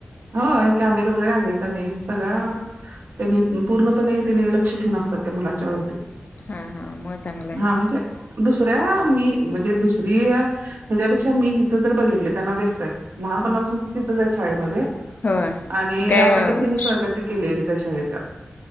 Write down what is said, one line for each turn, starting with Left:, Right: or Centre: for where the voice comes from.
Right: होय कॅमेरे वगैरे आहेत, सगळ्या त्यांनी पूर्णपणे, लक्ष ठेवून असतात. त्या मुलांच्या वरती
Left: हां! हां! ! मग चांगलं आहे.
Right: हा म्हणजे दुसऱ्या मी, म्हणजे दुसरी आ! ! हच्यापेक्षा मी हिथं! तर बघितले त्यांना बेस्ट आहे, लहानपणापासून ते तिथंच आहेत शाळेमध्ये
Left: हो
Right: आणि
Left: काय
Right: आता तर तिने प्रगती, केलेली त्या शाळेत